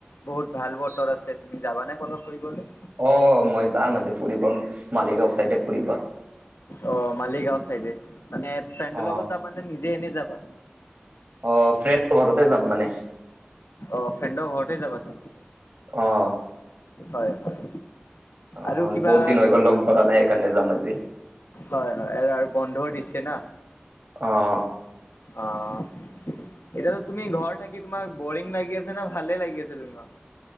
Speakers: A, on the left; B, on the right.
A: বহুত ভাল বতৰ আছে তুমি যাবানে ক'ৰবাত ফুৰিবলে।
B: অ', মই যাম আজি ফুৰিব, মালিগাঁও ছাইডে ফুৰিব।
A: অ', মালিগাঁও চাইডে, মানে ফ্ৰেণ্ডৰ
B: অ
A: লগত যাবা নে নিজে এনে যাবা।
B: অ', ফ্ৰেণ্ড ঘৰতে যাম মানে।
A: অ' ফেণ্ড ঘৰতে যাবা তুমি
B: অঁ।
A: হয় হয়।
B: অ'
A: আৰু কিবা
B: বহুত দিন হৈ গল লগ কৰা নাই সেইকাৰণে যাম আজি।
A: হয় হয় এৰ আৰ বন্ধও দিছে না।
B: অঁ।
A: অ' এতিয়াতো তুমি ঘৰ থাকি তোমাক বৰিং লাগি আছে নে, ভালে লাগি আছে তোমাৰ